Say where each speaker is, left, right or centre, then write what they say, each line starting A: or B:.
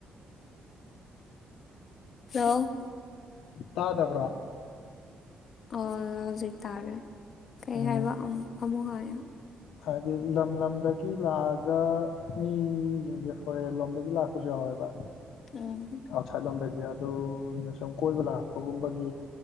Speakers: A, on the left; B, on the left.
A: ꯂꯣ
B: ꯇꯥꯗꯕ꯭ꯔꯣ
A: ꯑꯥ ꯍꯧꯖꯤꯛ ꯇꯥꯔꯦ ꯀꯩ
B: ꯎꯝ
A: ꯍꯥꯏꯕ ꯑꯃꯨ ꯑꯃꯨꯛ ꯍꯥꯏꯌꯣ
B: ꯍꯥꯏꯗꯤ ꯂꯝ ꯂꯝꯗꯒꯤ ꯂꯥꯛꯑꯒ ꯃꯤꯁꯤꯡꯖꯦ ꯐꯣꯔꯦꯟ ꯂꯣꯝꯗꯒꯤ ꯂꯥꯛꯄꯁꯨ ꯌꯥꯎꯋꯦ ꯍꯣꯏꯕ
A: ꯎꯝ
B: ꯑꯎ ꯁꯏꯠ ꯂꯣꯝꯗꯒꯤ ꯌꯗꯨꯅ ꯁꯨꯝ ꯀꯣꯏꯕ ꯂꯥꯛꯄꯒꯨꯝꯕꯒꯤ